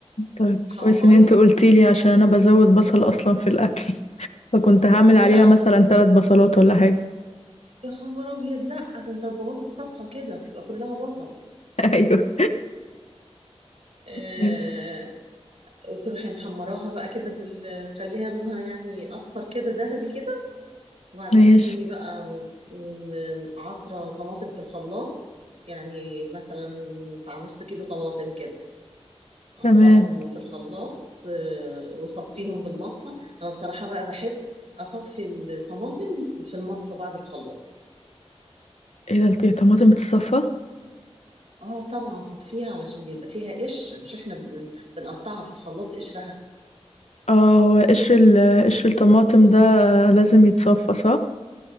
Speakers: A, on the left; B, on the right.
A: طيب
B: حمري
A: كويس ان انت قلتي لي عشان انا بزود بصل اصلا في الاكل فكنت هعمل عليها
B: لا
A: مثلا ثلاث بصلات ولا حاجه
B: يا خبر أبيض لا ده أنت هتبوظي الطبخة كده تبقى كلها بصل
A: <laughs> ايوه
B: آه
A: ماشي
B: وتروحي محمراها بقى كده في ال- تخليها لونها يعني أصفر كده ذهبي كده وبعدين
A: ماشي
B: تكوني بقى م- عصرة طماطم في الخلاط يعني مثلا بتاع نص كيلو طماطم كده عصرهم
A: تمام
B: في الخلاط آه، وصفيهم بالمصفى انا بصراحة بقى بحب اصفي الطماطم في المصفى بعد الخلاط
A: ايه ده الطماطم بتتصفى
B: اه طبعا صفيها علشان بيبقى فيها قشر مش احنا بن- بنقطعها في الخلاط بقشرها
A: اه هو قشر ال- قشر الطماطم ده لازم يتصفى صح